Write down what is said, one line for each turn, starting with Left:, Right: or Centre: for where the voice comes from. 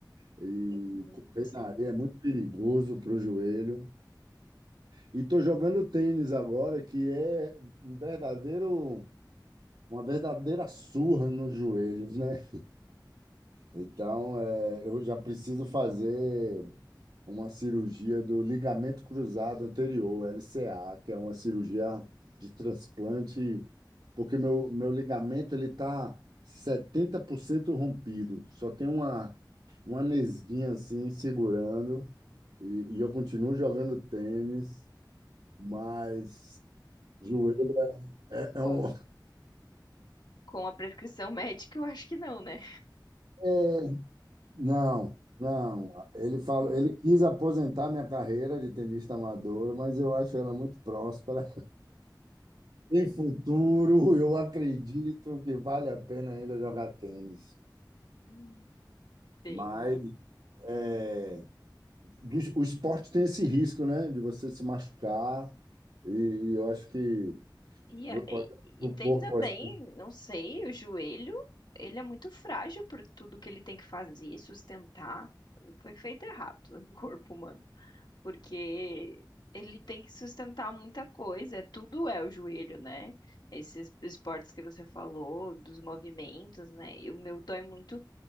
Right: E
Left: Uhum,
Right: correr
Left: sim.
Right: na areia é muito perigoso para o joelho. E tô jogando tênis agora, que é um verdadeiro, uma verdadeira surra nos joelhos, né? Então, é, eu já preciso fazer. uma cirurgia do ligamento cruzado anterior, LCA, que é uma cirurgia de transplante, porque meu, meu ligamento ele tá cento rompido, só tem uma, uma nesguinha assim segurando, e, e eu continuo jogando tênis, mas joelho é, é
Left: Bom,
Right: um.
Left: com a prescrição médica, eu acho que não, né?
Right: é- não. Não, ele falou, ele quis aposentar minha carreira de tenista amador, mas eu acho ela muito próspera. Em futuro, eu acredito que vale a pena ainda jogar tênis.
Left: Hum. Tem.
Right: Mas é, dos- o esporte tem esse risco, né? De você se machucar. E, e eu acho que
Left: E,
Right: vo-
Left: a- e, e
Right: o
Left: tem
Right: corpo
Left: também,
Right: é assim,
Left: não sei, o joelho, ele é muito frágil por tudo que ele tem que fazer, sustentar. Foi feito errado <laughs> o corpo humano, porque ele tem que sustentar muita coisa, é tudo é o joelho, né? Esses esportes que você falou, dos movimentos, né? E o meu dói muito